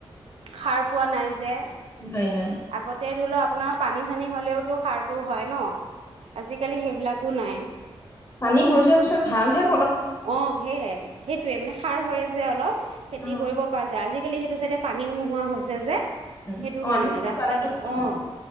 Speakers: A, on the right (about 75°); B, on the left (about 30°).
A: খাৰ পোৱা নাই যে
B: নাই নাই।
A: আগতে ধৰি লোৱা আপোনাৰ পানী চানী হ'লেওতো সাৰটো হয় ন আজিকালি সেইবিলাক তো নাই
B: পানী হৈ যোৱাৰ পিছত ভাল হে
A: অ সেইয়ে সেইটোৱে মানে সাৰ হয় যে অলপ খেতি
B: অ',
A: কৰিব পৰা যায় আজিকালি সেই এইটো চাইডে পানীও নোহোৱা হৈছে যে
B: অ',
A: সেইটো কাৰণে
B: আজিকালি
A: মানে ৰাস্তা
B: পানীটো কম
A: আহ